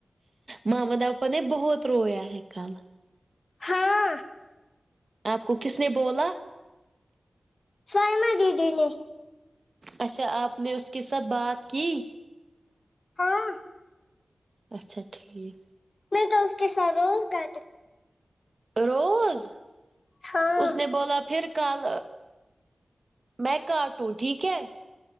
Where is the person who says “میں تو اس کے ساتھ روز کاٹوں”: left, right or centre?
Left